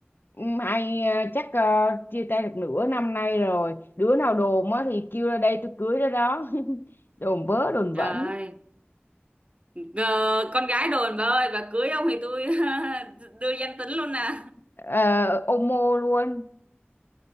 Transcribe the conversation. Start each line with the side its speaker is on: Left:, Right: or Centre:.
Left: Mai ờ, chắc ờ, chia tay được nửa năm nay rồi. Đứa nào đồn á thì kêu ra đây tôi cưới đó đó. <laughs> Đồn vớ đồn vẩn.
Right: trời ờ, con gái đồn bà ơi bà cưới ông thì tôi <laughs> đưa danh tính luôn nè
Left: Ờ, ôm mô luôn.